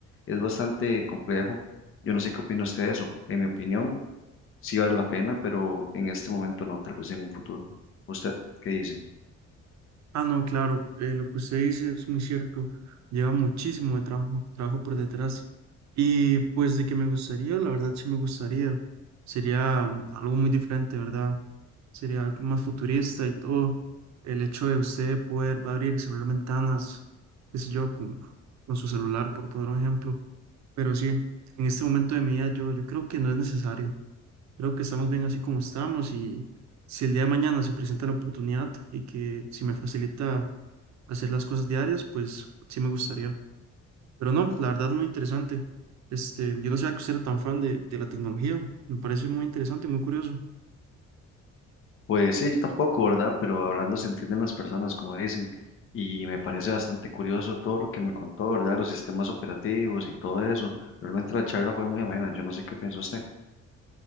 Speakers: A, on the left; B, on the right.
A: Es bastante complejo. Yo no sé qué opina usted de eso. En mi opinión, sí vale la pena, pero en este momento no, tal vez en un futuro. ¿Usted qué dice?
B: Ah, no, claro, eh, lo que usted dice es muy cierto. Lleva muchísimo de trabajo, trabajo por detrás. Y pues de que me gustaría, la verdad sí me gustaría. Sería mm, algo muy diferente, ¿verdad? sería algo más futurista y todo. El hecho de usted poder abrir y cerrar ventanas, qué sé yo, con, con su celular, por poner un ejemplo. Pero sí, en este momento de mi vida yo, yo creo que no es necesario. Creo que estamos bien así como estamos y si el día de mañana se presenta la oportunidad y que si me facilita hacer las cosas diarias, pues sí me gustaría. Pero no, la verdad muy interesante. Este, yo no sabía que usted era tan fan de, de la tecnología. Me parece muy interesante, muy curioso.
A: Pues sí, yo tampoco, ¿verdad? Pero hablando se entienden las personas, como dicen, y me parece bastante curioso todo lo que me contó, ¿verdad? Los sistemas operativos y todo eso. Realmente la charla fue muy amena, yo no sé qué piensa usted.